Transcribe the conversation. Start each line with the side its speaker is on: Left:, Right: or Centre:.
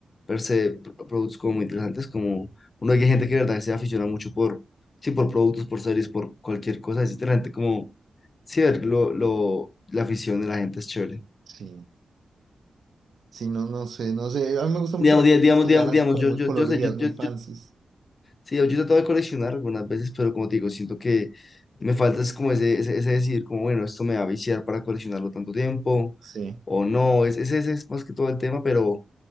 Left: per se, pro- productos como muy interesantes, como uno que hay gente que de verdad se aficiona mucho por, sí, por productos, por series, por cualquier cosa. Es interesante como, sí, ver lo, lo, la afición de la gente es chévere.
Right: Sí, sí, no, no sé, no sé. A mí me gustan
Left: Digamos,
Right: mucho las cositas
Left: di- digamos,
Right: que
Left: digamos,
Right: sean así
Left: digamos,
Right: como
Left: yo,
Right: muy
Left: yo,
Right: coloridas,
Left: yo sé, yo,
Right: muy
Left: yo
Right: fancies.
Left: Sí, yo he tratado de coleccionar algunas veces, pero como te digo, siento que me falta es como ese, ese, ese decidir, como bueno, esto me va a viciar para coleccionarlo tanto tiempo
Right: Sí,
Left: o no, es- ese, ese es más que todo el tema, pero,